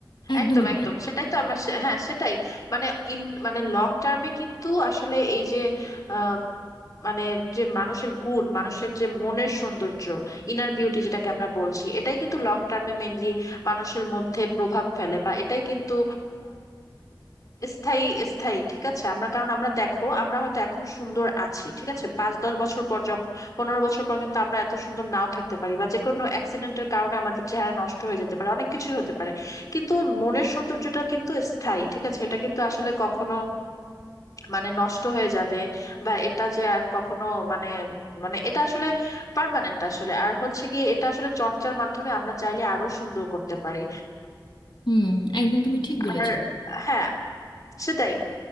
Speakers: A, on the left; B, on the left.
A: একদমই
B: একদম
A: তাই
B: একদম সেটাই তো আমরা সে- হ্যাঁ সেটাই মানে ইন মানে লং টার্মে কিন্তু আসলে এই যে আহ, মানে যে মানুষের গুণ মানুষের যে মনের সৌন্দর্য ইনার বিউটি যেটাকে আমরা বলছি এটাই কিন্তু লং টার্মে মেনলি মানুষের মধ্যে প্রভাব ফেলে বা এটাই কিন্তু স্থায়ী স্থায়ী ঠিক আছে আমরা কারণ আমরা দেখো আমরা হয়তো এখন সুন্দর আছি ঠিক আছে পাঁচ দশ বছর পর যখন পনেরো বছর পর কিন্তু আমরা এত সুন্দর নাও থাকতে পারি বা যে কোনো অ্যাক্সিডেন্টের কারণে আমাদের চেহারা নষ্ট হয়ে যেতে পারে অনেক কিছুই হতে পারে কিন্তু মনের সৌন্দর্যটা কিন্তু স্থায়ী ঠিক আছে এটা কিন্তু আসলে কখনো মানে নষ্ট হয়ে যাবে বা এটা যে আর কখনো মানে মানে এটা আসলে পার্মানেন্ট আসলে আর হচ্ছে কি এটা আসলে চর্চার মাধ্যমে আমরা চাইলে আরো সুন্দর করতে পারি
A: হুম একদম তুমি ঠিক বলেছ
B: আর হ্যাঁ সেটাই